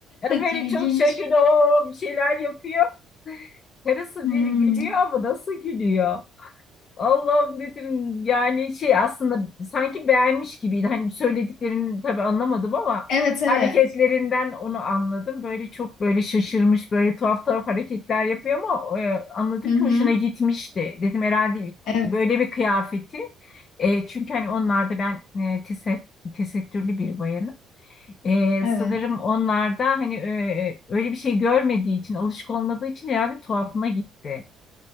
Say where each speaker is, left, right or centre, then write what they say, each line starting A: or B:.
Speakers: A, on the left; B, on the left.
A: Böyle
B: <laughs> İlginç.
A: çok şaşırdı. O bir şeyler yapıyor. Karısı
B: Hmm.
A: bir gülüyor ama nasıl gülüyor? Allah'ım dedim yani şey aslında sanki beğenmiş gibiydi. Hani söylediklerini tabii anlamadım ama
B: Evet evet.
A: hareketlerinden onu anladım. Böyle çok böyle şaşırmış böyle tuhaf tuhaf hareketler yapıyor ama e, anladım
B: Hı
A: ki
B: hı.
A: hoşuna gitmişti. Dedim herhalde ilk
B: Evet
A: böyle bir kıyafeti. E, çünkü hani onlarda ben e, tese- tesettürlü bir bayanım. Ee,
B: evet.
A: sanırım onlarda hani e, öyle bir şey görmediği için, alışık olmadığı için herhalde tuhafına gitti.